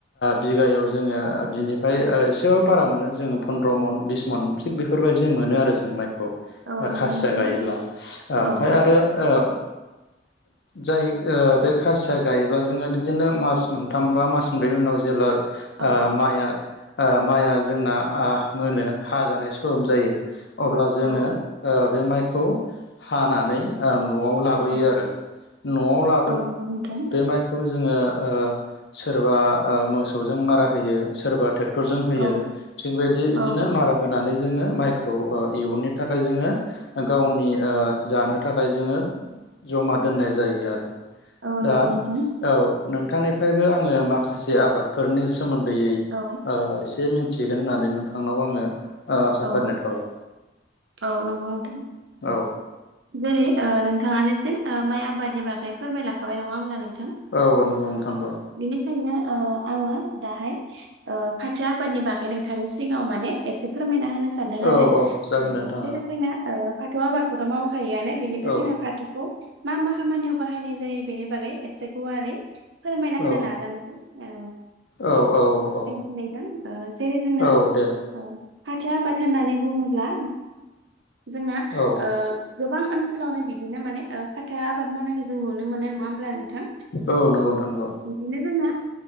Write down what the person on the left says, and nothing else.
बिघायाव जोङो बिनिफ्राय एसेबाबो बारा मोनो जोङो फन्द्र' मन बिस मन थि बेफोरबायाददि मोनो आरो जों माइखौ
खासिया
गायोब्ला ओमफ्राय
आरो आ जाय बे खासिया गायोब्ला जोङो बिदिनो मास मोनथाम बा मास मोनब्रै उनाव ज जेब्ला
माइआ माइआ जोंना मोनो ह जानाय सम जायो अब्ला जोङो
बे माइखौ हानानै न'आव लाबो
न' ला
म खौ जोङो सोरबा मोसौजों मारा होयो सोरबा ट्रे क्टर जों होयो
थिगबायदि बिदिनो
मारा होनानै जोङो माइखौ इहुननो थाखाय जोङो गावनि जानो थाखाय जोङो जमा दोननाय जायो आरो
दा
औ नोंथांनिफ्रायबो आङो माखासे आबादफोरनि सोमोन्दैयै एसे
मिथिगोन होननानै नोंथांनाव आङो आसा
फारिनाय थाबाय
औ
औ नंगौ नोंथां नंगौ
औ
औ जागोन दे नोंथां
औ
औ
औ औ औ औ।
औ दे
औ
औ नंगौ नोंथां नंगौ